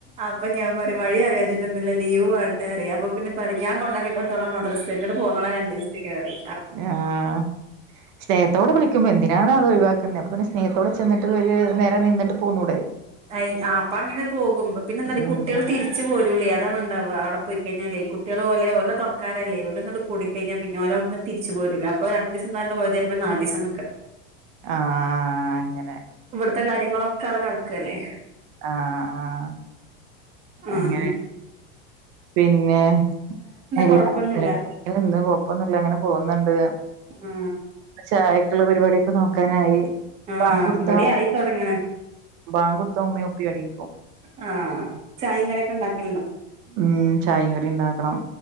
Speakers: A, on the right; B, on the right.
A: അപ്പ ഞാൻ പറ വഴി അറിയാഞ്ഞിട്ട്ന്നല്ല ലീവുണ്ട് അറിയാം അപ്പ പിന്നെ പറഞ്ഞാ കൊണ്ടാക്കി കൊടുതൊളാംമദ്രസെക്കട്ട് പോന്നോള രണ്ട് കയറി.
B: ആഹ് സ്നേഹത്തോടെ വിളിക്കുമ്പോ എന്തിനാണ് അത് ഒഴിവാക്കുന്നെ അപ്പൊ പിന്നെ സ്നേഹത്തോടെ ചെന്നിട്ട് ഒരു നേരെം നിന്നിട്ട് പോന്നൂടെ.
A: അ അപ്പൊ അങ്ങനെ പോകും പിന്നെന്താ ഈ
B: ഉം
A: കുട്ട്യോള് തിരിച്ച് പോരൂലേ അതാണ് ഇണ്ടാവ അവിടെ പോയി കഴിഞാലെ കുട്ടികൾ പോലെഓല്ല തുണക്കാരല്ലേ കൂട കഴിഞ്ഞാ പിന്നെ ഓരവിടന്ന് തിരിച്ചുപോരൂല്ല. അപ്പോ ര ദിവസം പോയ ചെലപ്പം നാലിസം
B: ആഹ് അങ്ങനെ
A: ഇത്തെ കാര്യങ്ങളൊക്കെ അവിടെ കെടക്കല്ലേ
B: ആഹ് ആഹ്
A: ആഹ്
B: അങ്ങനെ പിന്നെ എല്ലാ
A: കൊഴപ്പൊന്നുല്ല
B: ഒന്നും കൊഴപ്പൊന്നുല്ല അങ്ങനെ പോകുന്നുണ്ട്.
A: ആ
B: ചായക്കുള്ള പരിപാടിക്കെ നോക്കാനായി
A: ആ
B: പാൻ കൊടുത്ത
A: ഇവിടെ ആയി തൊടങ്ങണ്
B: ബാങ്ക് കൊടുത്ത ഉമ്മേ ഉപ്പെ എണീക്കും.
A: ആ ചായയും കടിയൊക്കെ ഉണ്ടാക്കലുണ്ടോ
B: ഉം ചായെം കടി ഉണ്ടാക്കണം.